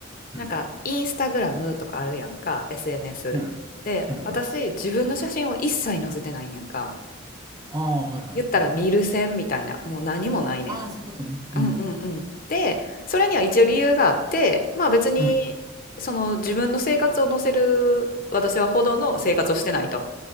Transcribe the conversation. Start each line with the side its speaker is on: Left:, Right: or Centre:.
Right: う。
Left: なんかインスタグラムとかあるやんか
Right: うん、
Left: SNS
Right: うん、
Left: で私自分の写真を一切載せてないんやんか
Right: うん。ああ、はいはい、
Left: 言ったら見る線みたいなもう何もないねん
Right: うん。ああ、そういうことね。うん、
Left: うんうんうんでそれには一応理由があってまあ別にその自分の生活を載せる私はほどの生活をしてないと
Right: うん。